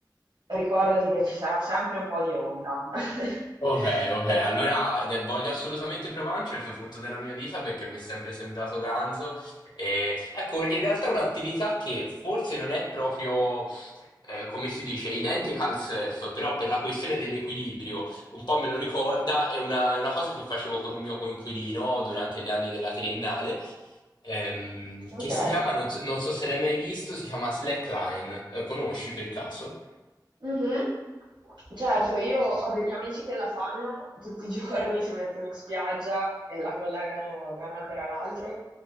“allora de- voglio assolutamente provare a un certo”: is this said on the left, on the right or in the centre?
Left